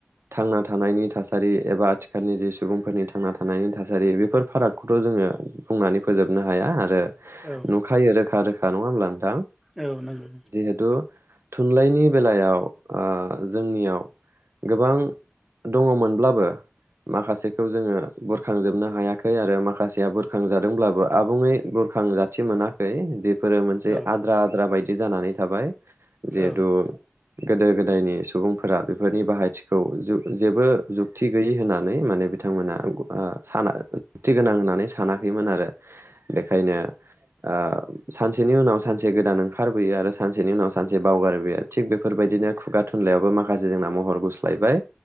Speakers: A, on the right; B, in the centre.
A: थांना थानायनि थासारि एबा आथिखालनि जि सुबुंफोरनि थांना थानायनि थासारि बेफोर फारागखौथ' जोङो बुंनानै फोजोबनो हाया आरो।
B: औ
A: नुखायो रोखा रो खा नङा होमब्ला नोंथां?
B: औ नंगौ।
A: जिहेतु थुनलाइनि बेलायाव ओ जोंनियाव गोबां दङमोनब्लाबो माखासेखौ जोङो बुरखांजोबनो हायाखै आरो माखासेया बुरखांजादोंब्लाबो आबुङै बुरखां जाथि मोनाखै बेफोरो मोनसे
B: औ
A: आद्रा -आद्रा बायदि जानानै थाबाय। जिहेथु
B: औ
A: गोदो गोदायनि सुबुंफोरा बेफोरनि बाहायथिखौ जेबो जुक्ति गैयि होननानै माने बिथांमोना ओ साना जुक्थि गोनां होननानै सानाखैमोन आरो। बेखायनो‌ ओ सानसेनि उनाव सानसे गोदान ओंखारबोयो आरो। सानसेनि उनाव सानसे बावगारो बियो थिग बेफोरबायदिनो खुगा थुनलाइयावबो माखासे जोंना महर गुस्लायबाय।